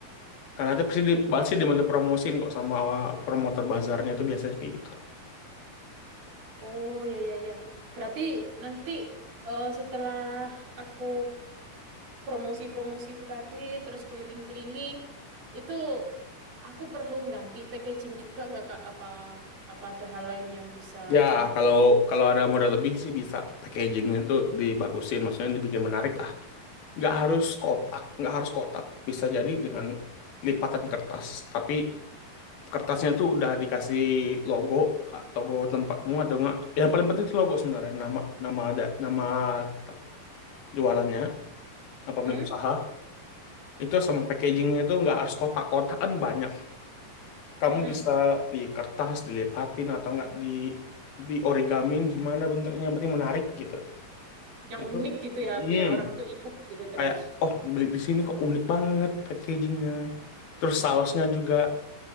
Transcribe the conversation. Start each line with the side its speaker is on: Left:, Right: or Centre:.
Left: karena itu pasti
Right: iya.
Left: di, pasti dibantu promosiin kok sama promotor bazarnya itu biasanya kayak gitu.
Right: Oh ya ya ya. Berarti nanti eh, setelah aku promosi-promosi itu tadi, terus keliling-keliling, itu aku perlu ganti packaging juga nggak Kak? Apa apa ada hal lain yang bisa
Left: Ya,
Right: aku lakukan?
Left: kalau kalau ada modal lebih sih bisa packagingnya tuh dibagusin, maksudnya dibikin menarik lah. Nggak harus kotak, nggak harus kotak. Bisa jadi dengan lipatan kertas, tapi kertasnya tuh udah dikasih logo, ah, logo tempatmu atau enggak. Yang paling penting itu logo sebenarnya, nama nama ada nama te- jualannya apa pemilik
Right: Mm-mm.
Left: usaha. Itu sama packagingnya tuh nggak harus kotak-kotak kan banyak. Kamu
Right: Mm-mm.
Left: bisa di kertas, dilipatin atau enggak di di origamin gimana bentuknya yang penting menarik gitu.
Right: Yang
Left: Itu
Right: unik gitu ya,
Left: mm,
Right: biar orang tuh inget gitu terus.
Left: kayak oh beli di sini kok unik banget packagingnya. Terus sausnya juga